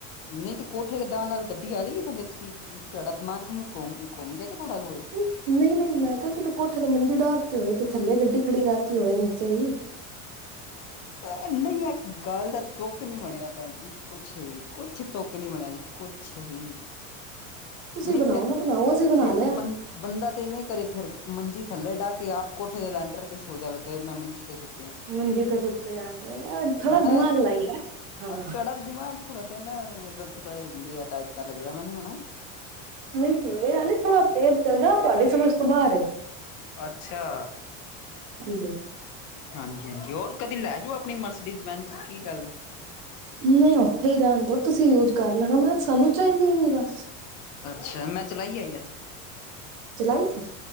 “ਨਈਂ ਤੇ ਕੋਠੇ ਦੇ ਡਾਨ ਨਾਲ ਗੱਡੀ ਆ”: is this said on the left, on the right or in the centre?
Left